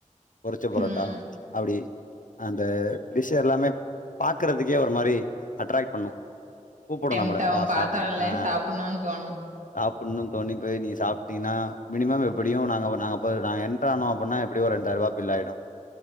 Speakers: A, on the left; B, on the right.
A: பொறிச்ச பரோட்டா
B: ம்
A: அப்டி அந்த டிஷ்ச எல்லாமே பாக்கறதுக்கே ஒரு மாரி அட்ராக்ட் பண்ணு கூப்புடோ
B: டெம்டாவு
A: நம்மள வா
B: பாத்தோனே
A: சாப்புடு ஆ
B: சாப்புணுன் தோணு
A: சாப்புன்னு தோணி போய் நீங்க சாப்ட்டீங்னா மினிமம் எப்புடியு நாங்க வ நாங்க ப நாங்க என்டர் ஆனோ அப்பன்னா எப்டியு ஒரு ரெண்டாயருவா பில்லாயிடோ